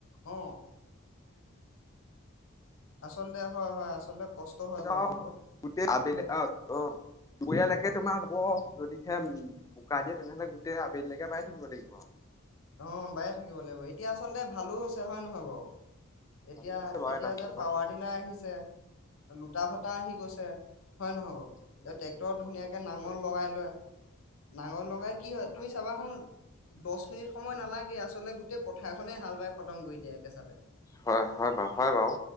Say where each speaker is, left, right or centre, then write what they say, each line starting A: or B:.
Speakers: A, on the left; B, on the left.
A: অ আচলতে হয় হয় আচলতে কষ্ট হয়
B: যাও
A: বাৰু বহুত
B: গোটেই আবেলি
A: হয়
B: আহ অ দুয়ালৈকে তোমাৰ হ যদিহে উম বোকা
A: হয়
B: দিয়ে তেনেহ'লে তেতিয়া আবেলিলৈকে বাই থাকিব লাগিব আও
A: অ বায়ে থাকিব লাগিব এতিয়া আচলতে ভালো হৈছে হয় নহয় বাৰু এতিয়া
B: ভালো হৈছে বাৰু
A: এতিয়া
B: এটা চাইডৰ
A: যে
B: পৰা
A: পাৱাৰ
B: চাবলৈ
A: ডিলাৰ
B: গ'লে
A: আহিছে ফূটা ভটা আহি গৈছে হয় নহয় বাৰু ট্ৰেক্টৰত
B: একদম নতুন
A: ধুনীয়াকে
B: অ নতুন
A: নাঙল
B: নতুন
A: লগাই লয় নাঙল লগাই
B: নাটন
A: কি হয়
B: অ
A: তুমি
B: নাঙল
A: চাবা খু দহ মিনিট সময় নালাগে আচলতে গোটেই পথাৰখনেই হাল বাই খতম কৰি দিয়ে একেচাে
B: হয় হয় বাৰু হয় বাৰু